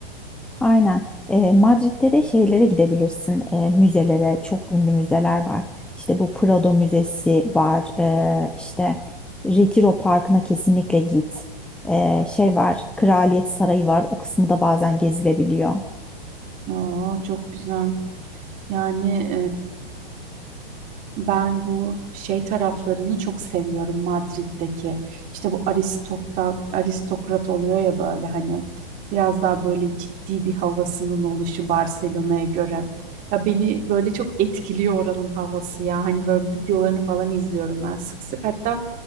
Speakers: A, in the centre; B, on the right.
A: Aynen. E, Madrid'de de şeylere gidebilirsin. E, müzelere, çok ünlü müzeler var. İşte bu Prado Müzesi var. E, işte Retiro Parkı'na kesinlikle git. E, şey var, Kraliyet Sarayı var. O kısmı da bazen gezilebiliyor.
B: Aa, çok güzel. Yani ben bu şey taraflarını çok seviyorum Madrid'deki. İşte bu aristokrat, aristokrat oluyor ya böyle hani biraz daha böyle ciddi bir havasının oluşu Barcelona'ya göre. Ya beni böyle çok etkiliyor oranın havası ya. Hani böyle videolarını falan izliyorum ben sık sık. Hatta